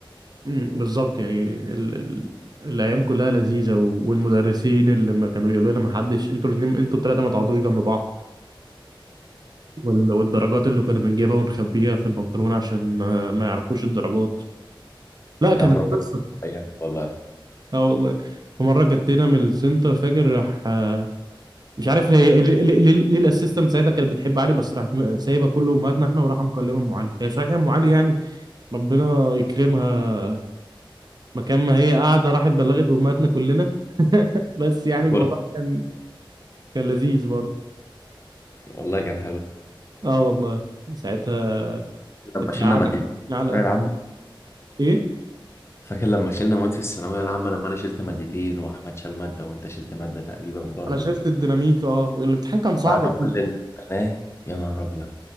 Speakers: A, on the right; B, on the left.
A: امم بالظبط يعني ال... ال... الايام كلها لذيذة و... والمدرسين اللي ما كانوا يقولوا لنا ما حدش انتوا الاثنين انتوا الثلاثة ما تقعدوش جنب بعض وال... والدرجات اللي كنا بنجيبها ونخبيها في البنطلون عشان ما, ما يعرفوش الدرجات لا
B: يا
A: كانت
B: عم ربنا
A: قصة
B: يعينك والله
A: اه والله في مرة كتينا من السنتر فاكر راح آه، مش عارف هي ليه ليه- ليه- ليه الاسيستنت ساعتها كانت بتحب علي بس راحت م- سايبه كله امهاتنا احنا وراحه مكلمه ام علي هي صحيح ام علي يعني ربنا يكرمها مكان ما هي قاعده راحت بلغت امهاتنا كلنا <laughs> بس يعني الموضوع
B: كل
A: كان كان لذيذ برضه
B: والله كان حلو
A: اه والله ساعتها
B: لما
A: اترعبت
B: شلنا مادتين في الثانوية
A: علقه
B: العامة
A: ايه
B: فاكر لما شلنا مواد في الثانوية العامة لما أنا شلت مادتين وأحمد شال مادة وأنت شلت مادة تقريبا برضو
A: انا شفت الديناميك اه الامتحان كان صعب
B: بعد
A: أوي.
B: كل اللي عملناه يا نهار أبيض